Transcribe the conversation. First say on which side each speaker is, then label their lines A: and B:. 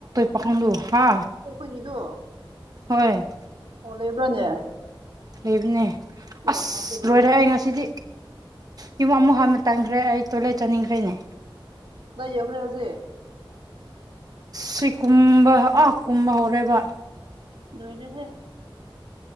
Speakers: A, on the right; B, on the right.
A: ꯄꯀꯗꯨ ꯍꯥ
B: ꯑꯩꯈꯣꯏꯅꯤꯗꯣ
A: ꯍꯣꯏ
B: ꯑꯣꯟ ꯂꯩꯕ꯭ꯔꯥꯅꯦ
A: ꯂꯩꯕꯅꯦ
B: ꯑꯦ
A: ꯑꯁ
B: ꯍꯥꯞꯄꯗꯨꯗꯤ
A: ꯂꯣꯏꯔꯦ ꯑꯩ ꯉꯁꯤꯗꯤ ꯌꯨꯝ ꯑꯃꯨꯛ ꯍꯥꯟꯕ ꯇꯟꯈ꯭ꯔꯦ ꯑꯩ ꯇꯣꯏꯂꯦꯠ ꯆꯪꯅꯤꯡꯈ꯭ꯔꯦꯅꯦ
B: ꯀꯗꯥꯥꯏ ꯌꯎꯈ꯭ꯔꯦ ꯍꯧꯖꯤꯛ
A: ꯁꯤ ꯀꯨꯝꯕ ꯑ ꯀꯨꯝꯕ ꯍꯧꯔꯦꯕ
B: ꯂꯣꯏꯔꯦꯍꯦ